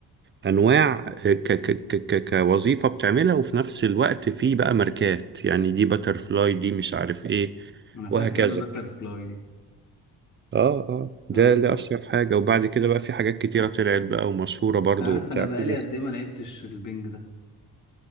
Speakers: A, on the right; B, on the left.
A: انواع آه، ك ك ك ك- كوظيفه بتعملها وفي نفس الوقت في بقى ماركات يعني دي باترفلاي دي مش عارف ايه
B: انا
A: وهكذا
B: فاكر انا باتر فلاي دي
A: اه اه ده
B: اه
A: ده اشهر حاجه وبعد كده بقى في حاجات كتيره طلعت بقى ومشهوره برضو
B: انت عارف
A: وبتاع
B: انا بقالي
A: في ناس
B: قد ايه ما لعبتش البنج ده